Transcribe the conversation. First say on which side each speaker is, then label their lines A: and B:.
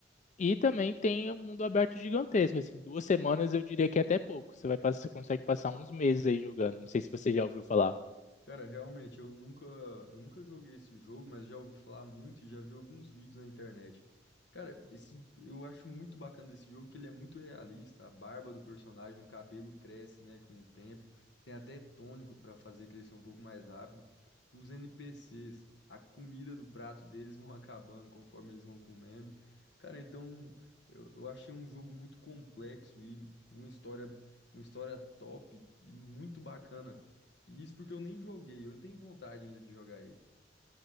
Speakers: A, on the left; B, on the left.
A: E também tem um mundo aberto gigantesco, assim, duas semanas eu diria que é até pouco. Você vai passar, você consegue passar uns meses aí jogando. Não sei se você já ouviu falar.
B: Cara, realmente, eu nunca, eu nunca joguei esse jogo, mas já ouvi falar muito e já vi alguns vídeos na internet. Cara, esse, eu acho muito bacana desse jogo que ele é muito realista. A barba do personagem, o cabelo cresce, né, com o tempo. Tem até tônico pra fazer crescer um pouco mais rápido. Os NPCs, a comida do prato deles <laughs> vão acabando conforme eles vão comendo. Cara, então eu, eu achei um jogo muito complexo e uma história, uma história top e muito bacana. E Isso porque eu nem joguei. Eu tenho vontade ainda de jogar ele.